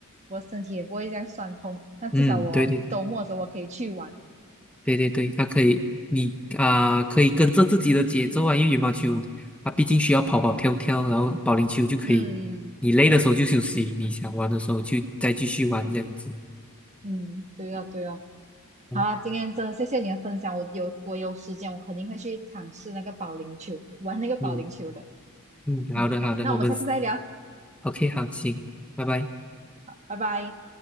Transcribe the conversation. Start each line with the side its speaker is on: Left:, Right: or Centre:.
Right: 我的身体也不会这样酸痛，那至少我周末的时候我可以去玩。
Centre: 嗯，对对。对对对，它可以，你啊、可以跟着自己的节奏啊，因为羽毛球啊，毕竟需要跑跑跳跳，然后保龄球就可以，
Right: 嗯
Centre: 你累的时候就休息，你想玩的时候就再继续玩这样子。
Right: 嗯，对哦对哦，
Centre: 嗯
Right: 好啊，今天真的谢谢你的分享，我有我有时间我肯定会去尝试那个保龄球，玩那个保龄球的。
Centre: 嗯嗯，
Right: 嗯，
Centre: 好的好的，
Right: 好，那我们下次再聊，
Centre: 我们 OK 好，行，拜拜。
Right: 拜拜。